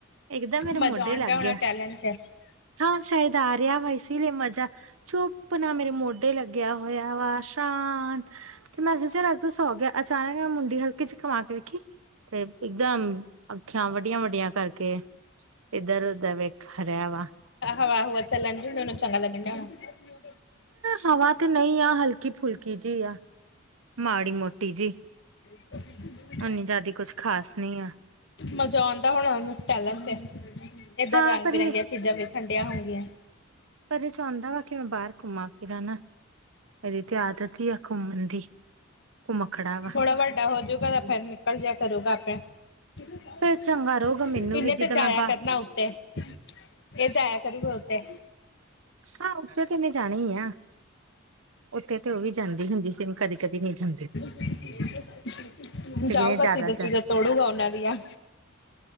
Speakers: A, on the right; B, on the left.
A: ਇੱਕ ਦਮ ਮੇਰੇ
B: ਮਜ਼ਾ
A: ਮੋਢੇ
B: ਆਉਂਦਾ
A: ਲੱਗ
B: ਹੋਣਾ
A: ਗਿਆ
B: ਟੈਲੈਂਟ 'ਚ
A: ਹਾਂ ਸ਼ਾਇਦ ਆ ਰਿਹਾ ਵਾ ਇਸ ਲੀਏ ਮਜ਼ਾ ਇਸ ਲਈ ਚੁੱਪ ਨਾ ਮੇਰੇ ਮੋਢ ਮੌਢੇ ਲੱਗਿਆ ਹੋਇਆ ਵਾ ਸ਼ਾਂਤ ਤੇ ਮੈਂ ਸੋਚਿਆ ਲਗਦਾ ਸੌ ਗਿਆ ਅਚਾਨਕ ਆ ਮੁੰਡੀ ਹਲਕੇ ਚ ਕਮਾ ਕੇ ਵੇਖੀ ਤੇ ਇਕਦਮ ਅੱਖਾਂ ਵੱਡੀਆਂ ਵੱਡੀਆਂ ਕਰਕੇ ਇਧਰ ਉਧਰ ਵਿਖ ਰਿਆ ਵਾ
B: ਹਵਾ ਹੁਵਾ ਚੱਲਣ ਡ ਉਹਨੂੰ ਚੰਗਾ ਲੱਗਣ ਡਿਆ ਹੋਣਾ
A: ਹਵਾ ਤੇ ਨਹੀਂ ਆ ਹਲਕੀ ਫੁਲਕੀ ਜਿ ਆ ਮਾੜੀ ਮੋਟੀ ਜਿਹੀ
B: <inaudible>
A: ਉਨੀ ਜ਼ਿਆਦੀ ਕੁਛ ਖ਼ਾਸ ਨਹੀਂ ਆ
B: ਮਜ਼ਾ ਆਉਂਦਾ ਹੋਣਾ ਓਹਨੂੰ ਟਹਿਲਣ 'ਚ ਇਦਾ
A: ਹਾਂ
B: ਰੰਗ
A: ਪਰ
B: ਬਰੰਗੀਆਂ
A: ਇਹ
B: ਚੀਜ਼ਾਂ ਦੇਖਣ ਡਿਆ ਹੋਣ ਗੀਆ।
A: ਪਰ ਇਹ ਚਾਹੁੰਦਾ ਵਾ ਕਿ ਮੈਂ ਬਾਹਰ ਘੁੰਮਾਂ ਫਿਰਾਂ ਨਾ। ਇਹਦੀ ਤੇ ਆਦਤ ਹੀ ਆ ਘੁਮਣ ਦੀ। ਘੁੰਮਖੜਾ ਵਾ
B: ਥੋੜਾ ਵੱਡਾ ਹੋਜੂਗਾ ਤੇ ਫਿਰ ਨਿਕਲ ਜਿਆ ਕਰੂਗਾ ਆਪੇ। <unintelligible>
A: ਫੇਰ ਚੰਗਾ ਰਹੂਗਾ ਮੈਨੂੰ
B: ਇਨੇ
A: ਵੀ ਜਿੱਦਾਂ
B: ਤੇ ਜਾਇਆ
A: ਮੈਂ ਬਾਹਰ
B: ਕਰਨਾ ਉੱਤੇ। <unintelligible> ਇਹ ਜਾਇਆ ਕਰੂਗਾ ਉੱਤੇ।
A: ਹਾਂ, ਉੱਤੇ ਤੇ ਮੈਂ ਜਾਣਾ ਈ ਆ ‌, ਉੱਤੇ ਤੇ ਉਹ ਵੀ ਜਾਂਦੀ ਹੁੰਦੀ ਸੀ। ਕਦੇ ਕਦੀ ਨੀ ਜਾਂ
B: <unintelligible>
A: ਤੇ
B: ਜਾਊਗਾ
A: ਕਿਤੇ ਜ਼ਿਆਦਾ
B: ਚੀਜ਼ਾਂ -ਚੂਜ਼ਾਂ
A: ਜਾ
B: ਤੋੜੂਗਾ, ਉਨਾਂ ਦੀਆਂ।